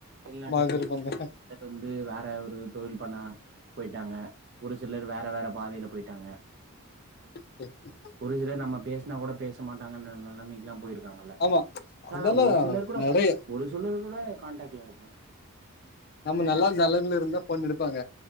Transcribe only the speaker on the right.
நாட்டுக்கு
போயிட்டீங்க ஒரு சிலர் வந்து வேற ஒரு தொழில் பண்ணா போயிட்டாங்க ஒரு சிலர் வேற வேற பாதையில போயிட்டாங்க
ஒரு சிலர் நம்ம பேசனா கூட பேச மாட்டாங்கன்ற நலமைக்கெலா போயிரு வாங்களா
சோ
அதா ஒரு சிலர் கூட
ஒரு சிலர் கூட கான்டாக்ட்ல இருப்போ அதா